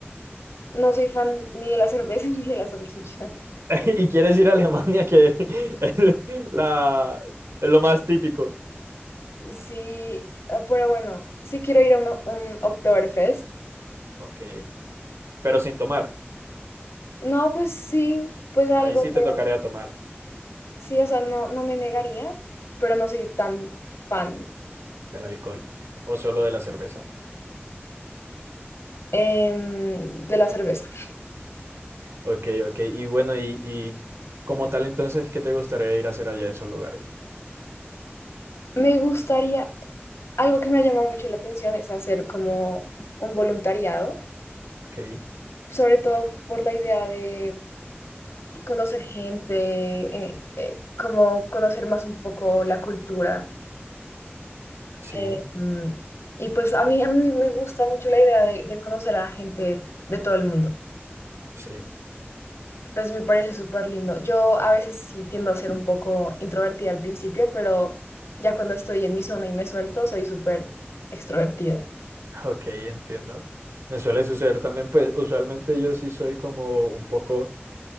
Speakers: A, on the left; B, on the right.
A: No soy fan ni de la cerveza <laughs> ni de la salchicha.
B: <laughs> Y quieres ir a Alemania, que <laughs> es la, es lo más típico.
A: Sí, ah, pero bueno, sí quiero ir a uno- un Oktoberfest.
B: Ok, pero sin tomar.
A: No, pues sí, pues algo,
B: Ahí sí
A: pero
B: te tocaría tomar
A: sí, o sea, no, no me negaría, pero no soy tan fan
B: del alcohol o solo de la cerveza.
A: em, de la cerveza.
B: Ok, ok. Y bueno, y, y como tal entonces, ¿qué te gustaría ir a hacer allá a esos lugares?
A: Me gustaría, algo que me ha llamado mucho la atención es hacer como un voluntariado,
B: Ok,
A: sobre todo por la idea de conocer gente, eh, eh, como conocer más un poco la cultura.
B: sí,
A: Eh, mm, y pues a mí, a mí me gusta mucho la idea de, de conocer a gente de todo el mundo.
B: sí.
A: Pues me parece súper lindo. Yo a veces sí tiendo a ser un poco introvertida al principio, pero ya cuando estoy en mi zona y me suelto, soy súper extrovertida.
B: <laughs> Ok, entiendo. Me suele suceder también, pues usualmente yo sí soy como un poco,